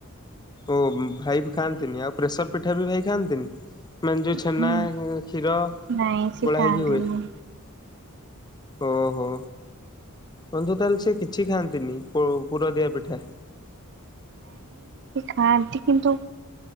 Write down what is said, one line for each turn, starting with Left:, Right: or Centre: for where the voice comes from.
Left: ଓ ଭାଇ ବି ଖାଆନ୍ତିନି ଆଉ ପ୍ରେସର ପିଠା ବି ହୋଇ ଖାଆନ୍ତିନି ମ ଯେୋଉ ଛେନା
Right: ହୁଁ
Left: କ୍ଷୀର
Right: ନାଇଁ ସେ
Left: ଗୋଳା
Right: ଖାଆନ୍ତିନି
Left: ହେଇକି ହୁଏ ହଁ ହୋ ବନ୍ଧୁ ତାହେଲେ ସେ କିଛି ଖାଆନ୍ତିନି ପୁର ଦିଆ ପିଠା
Right: ଖାନ୍ତି କିନ୍ତୁ